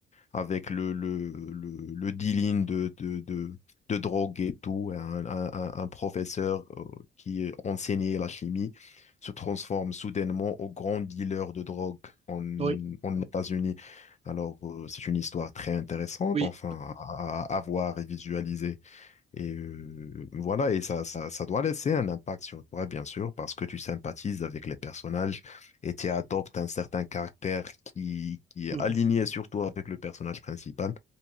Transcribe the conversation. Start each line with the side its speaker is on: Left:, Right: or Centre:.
Left: avec le, le, le, le dealing de, de, de, de drogue et tout. Un, un, un- professeur euh, qui enseignait la chimie se transforme soudainement au grand dealer de drogue en,
Right: Oui.
Left: en États-Unis. Alors, euh, c'est une histoire très intéressante,
Right: Oui.
Left: enfin, à, à à voir et visualiser. Et euh, voilà, et ça, ça, ça doit laisser un impact sur toi, bien sûr, parce que tu sympathises avec les personnages et tu adoptes un certain caractère qui, qui est
Right: Mhm.
Left: aligné surtout avec le personnage principal.